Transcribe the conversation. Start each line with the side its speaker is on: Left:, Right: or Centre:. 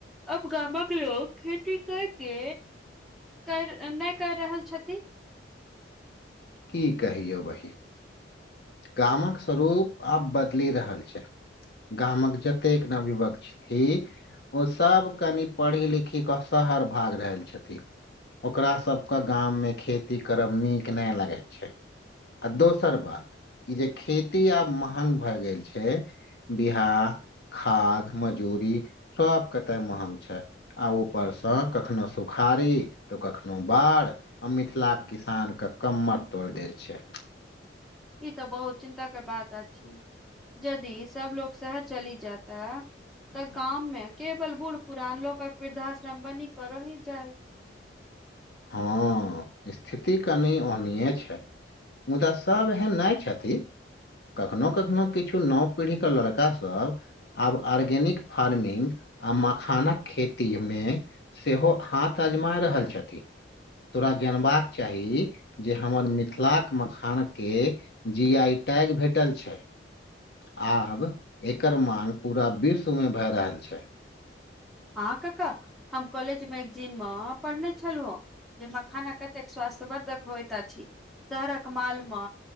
Centre: अब गामक लोक खेत टिकट के कर नै कर रहल छथि
Left: की कहियौ बहिन गामक स्वरूप आब बदलि रहल छै गामक जतेक नवयुवक छथि ओसब कनि पढ़ी लिखी कऽ शहर भाग रहल छथि ओकरा सबके गाममे खेती करब निक नै लगै छै आ दोसर बात ई जे खेती आब महान भए गेल छै बिहाह खाद मजूरी सब कते महंग छै आ ऊपरसँ कखनो सुखाड़ी तऽ कखनो बाढ आ मिथिलाके किसान के कमर तोइड़ देत छै
Centre: ई तऽ बहुत चिन्ता के बात अछि जदि सब लोग शहर चली जातऽ तऽ गाममे केवल बूढ़ पुरान लोकक वृद्धाश्रम बनी क रहि जायत
Left: हँ इस्थिति कनि ओनीये छै मुदा सब एहन नाय छथि कखनो कखनो किछु नव पीढ़ीके लड़कासब आब आर्गेनिक फार्मिंग आ मखानक खेती मे सेहो हाथ आजमाय रहल छथि तोरा जानबाक चाही जेँ हमर मिथिलाक मखान केँ जी आई टैग भेटल छै आब एकर मांग पूरा विश्व मे भए रहल छै
Centre: हँ काका हम कॉलेज मैगजीन मे पढ़ने छलु हँ जेँ मखाना कतेक स्वास्थ्यवर्धक होइत अछि शहरक मॉल मे